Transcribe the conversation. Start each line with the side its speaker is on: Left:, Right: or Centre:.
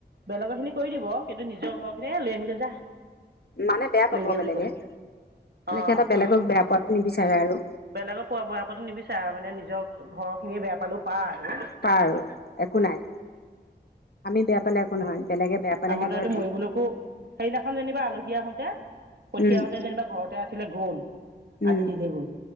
Right: বেলেগৰ খিনি কৰি দিব কিন্তু নিজৰ ঘৰৰ খিনিে লৈ আনকৈ যা
Left: মানে বেয়া পাব
Right: এনেকে
Left: বেলেগে
Right: বুলি ক'ব
Left: মানে
Right: অ
Left: সহটা বেলেগক বেয়া পোৱাতো নিবিচাৰে আৰু
Right: বেলেগৰ পোৱা বোৱাৰ আাকো নিবিচাৰ মানে নিজৰ ঘৰ খিনিয়ে বেয়া পালো পায় আৰু
Left: পা আৰু একো নাই আমি বেয়া পালে একো নহয় বেলেগে বেয়া পালে
Right: আমাৰ
Left: সিহঁতৰ
Right: ত এইটো মৰিবুলকো সেইদিনাখন যেনিবা আলহী আহোতে পঠিয়াোঁতে
Left: উম
Right: যেনিবা ঘৰতে আছিলে গ'ল
Left: উম
Right: আনি দিলে গৈ